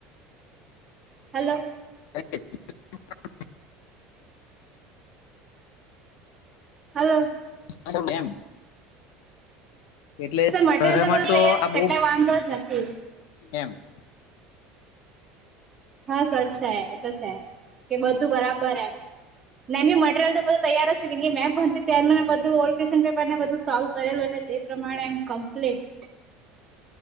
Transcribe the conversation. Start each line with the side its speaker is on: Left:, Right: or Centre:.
Right: હાલો.
Left: <inaudible>
Right: હાલો.
Left: મેડમ એમ. એટલે
Right: સર મટીરિયલ
Left: ઘરમાં
Right: બધું
Left: તો
Right: તૈયાર
Left: આ
Right: છે
Left: બહુ
Right: એટલે વાંધો જ નથી
Left: એમ. <inaudible>
Right: હા સર છે એ તો છે કે બધું બરાબર એમ. મેં મટરિયલ તો બધું તૈયાર છે મે ભણતી તારનું બધું ઓલ્ડ ક્વેશ્ન પેપરને બધુ સોલ્વ કરેલું તે પ્રમાણે એમ કમ્પ્લીટ.